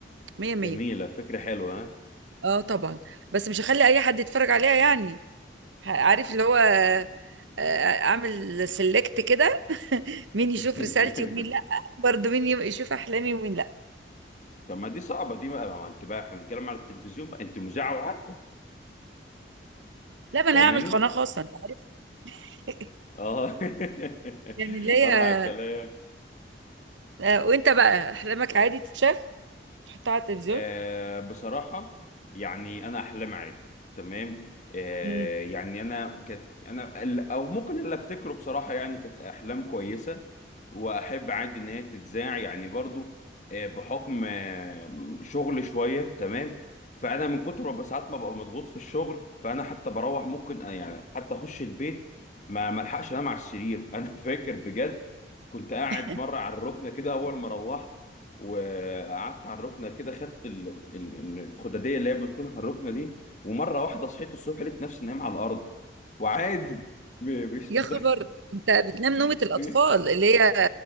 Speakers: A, on the right (about 85°); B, on the left (about 40°).
A: مية
B: جميله
A: مية
B: فكره حلوه ها
A: اه طبعا بس مش هخلي اي حد يتفرج عليها يعني ه- عارف اللي هو آه، آه، اعمل سيلكت كده <laughs> مين يشوف
B: <laughs>
A: رسالتي ومين لا برضه مين يم- يشوف احلامي ومين لا
B: طب ما دي صعبه دي بقى ما انت بقى احنا بنتكلم على التلفزيون بقى انت مذيعه وعارفه
A: لا ما
B: فاهماني
A: انا هعمل قناة خاصة انت عارف <laughs>
B: اه <laughs>
A: يعني اللي
B: ولع
A: هي
B: الكلام
A: آه، وانت بقى احلامك عادي تتشاف تحطها على التلفزيون
B: آه بصراحة يعني أنا أحلام عادي تمام آه
A: مم.
B: يعني أنا كانت أنا ال- أو ممكن اللي أفتكره بصراحة يعني كانت أحلام كويسة وأحب عادي إن هي تتذاع يعني برضو آه بحكم آه شغل شوية تمام فأنا من كتر ما ساعات ما ببقى مضغوط في الشغل فأنا حتى بروح ممكن آه، يعني حتى أخش البيت ما ملحقش أنام على السرير <laughs> أنا فاكر بجد كنت قاعد
A: <laughs>
B: مرة على الركنة كده أول ما روحت وقعدت على الركنه كده خدت ال- ال- ال- الخداديه اللي هي بتكون على الركنه دي ومره واحده صحيت الصبح لقيت نفسي نايم على الارض وعادي م- مش
A: يا
B: مت...
A: خبر انت بتنام نومة
B: <laughs>
A: الاطفال اللي هي